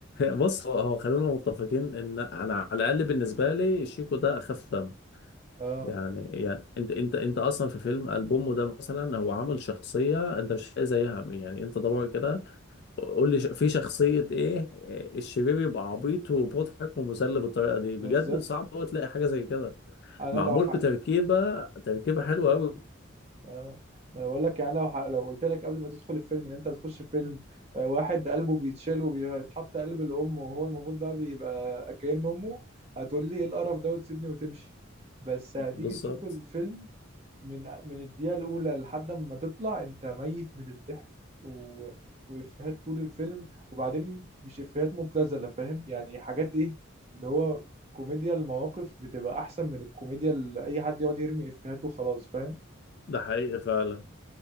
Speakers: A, on the left; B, on the right.
A: بص هو هو خلينا متفقين ان انا على الاقل بالنسبه لي شيكو ده اخف دم
B: <laughs> اه
A: يعني يعني انت انت انت اصلا في فيلم البومه ده مثلا هو عامل شخصيه انت مش لاقي زيها يعني انت دور كده قول لي ش- في شخصية ايه الشرير يبقى عبيط ومضحك ومسلي بالطريقة دي بجد
B: بالظبط
A: صعب قوي تلاقي حاجة زي كده
B: انا
A: معمول
B: لو ح...
A: بتركيبة تركيبة حلوة قوي
B: آه. ما انا بقول لك يعني لو ح... لو قلت لك قبل ما تدخل الفيلم ان انت هتخش فيلم آه، واحد قلبه بيتشال وبيتحط قلب الام وهو المفروض بقى بيبقى كأن امه هتقول لي ايه القرف ده وتسيبني وتمشي بس هتيجي
A: بالظبط
B: تشوف الفيلم من من الدقيقة الأولى لحد ما تطلع أنت ميت من الضحك و... وإفيهات طول الفيلم وبعدين مش إفيهات مبتذلة فاهم يعني حاجات إيه اللي هو كوميديا المواقف بتبقى أحسن من الكوميديا اللي أي حد يقعد يرمي إفيهات وخلاص فاهم
A: ده حقيقي فعلا